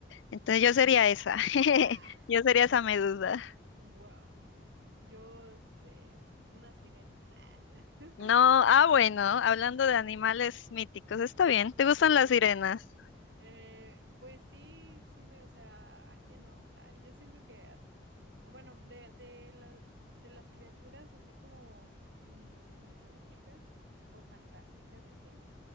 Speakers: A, on the left; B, on the right.
A: Entonces yo sería esa. <laughs>
B: Ah,
A: Yo sería esa medusa.
B: wow. Yo, este, una sirena. Ah. <laughs>
A: No, ah, bueno, hablando de animales míticos, está bien. ¿Te gustan
B: Bien.
A: las sirenas?
B: Eh, pues sí, sí me, o sea, ¿a quién no? Ay, yo siento que, a- bueno, de, de, la- de las criaturas así como mm, mitológicas o fantásticas y así,